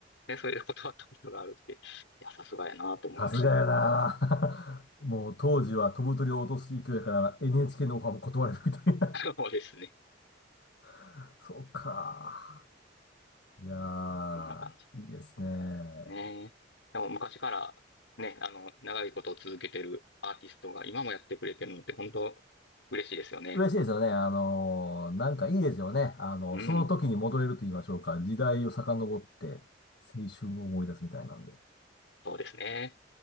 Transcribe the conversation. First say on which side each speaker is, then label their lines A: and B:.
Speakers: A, on the left; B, on the left.
A: で、それで断ったことがあるって、いや、さすがやなと思いまし
B: さすがやな <laughs> もう当時は飛ぶ鳥を落とす勢いやから NHK のオファーも断れるみたいな。
A: た。<laughs> そうですね。
B: <laughs> そうか。いやー、
A: こんな感じ。
B: いいですね。
A: ねえ。でも昔からね、あの、長いことを続けてるアーティストが今もやってくれてるのって本当嬉しいですよね。
B: 嬉しいですよね。あのーなんかいいですよね。あの、
A: うん。
B: その時に戻れると言いましょうか。時代を遡って青春を思い出すみたいなんで。
A: そうですね。